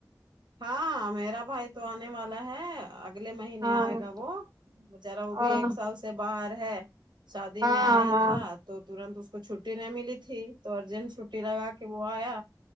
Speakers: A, on the right; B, on the right.
A: ہاں میرا بھائی تو آنے والا ہے اگلے مہینے
B: ہاں
A: آئے گا وہ ذرا وہ
B: ہاں
A: بھی ایک سال سے باہر ہے شادی
B: ہاں
A: میں آیا
B: ہاں
A: تھا تو ترنت اس کو چھٹی نہیں ملی تھی تو ارجنٹ چھٹی لگا کے وہ آیا